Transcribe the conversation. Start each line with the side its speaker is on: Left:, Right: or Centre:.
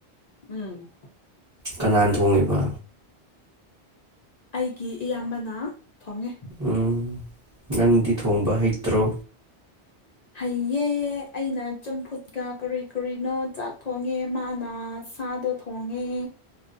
Left: ꯎꯝ
Right: ꯀꯅꯥꯅ ꯊꯣꯡꯉꯤꯕ
Left: ꯑꯩꯒꯤ ꯏꯌꯥꯝꯕꯅ ꯊꫭꯡꯉꯦ
Right: ꯎꯝ ꯅꯪꯗꯤ ꯊꯣꯡꯕ ꯍꯩꯇ꯭ꯔꯣ
Left: ꯍꯩꯌꯦ ꯑꯩꯅ ꯆꯝꯐꯨꯠꯀ ꯀꯔꯤ ꯀꯔꯤꯅꯣ ꯆꯥꯛ ꯊꯣꯡꯉꯦ ꯃꯥꯅ ꯁꯥꯗꯣ ꯊꯣꯡꯉꯦ